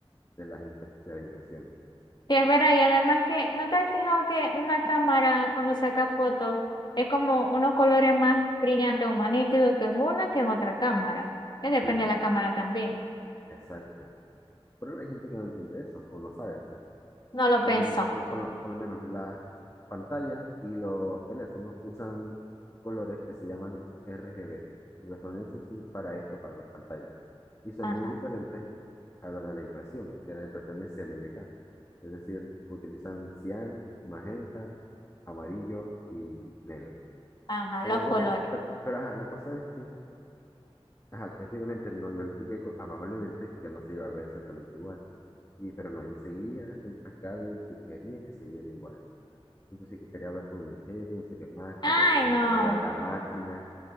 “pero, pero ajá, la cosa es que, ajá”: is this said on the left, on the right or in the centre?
Left